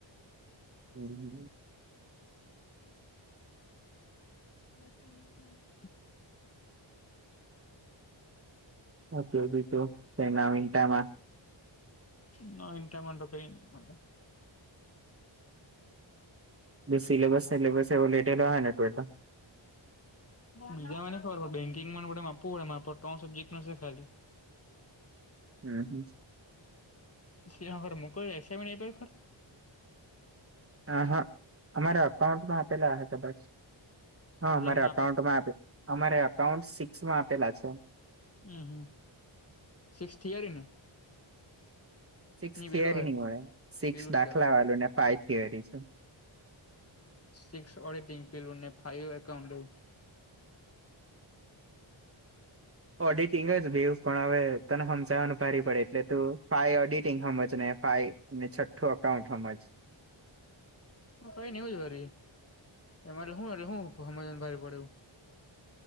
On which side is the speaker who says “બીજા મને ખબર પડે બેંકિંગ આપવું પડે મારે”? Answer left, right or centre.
Left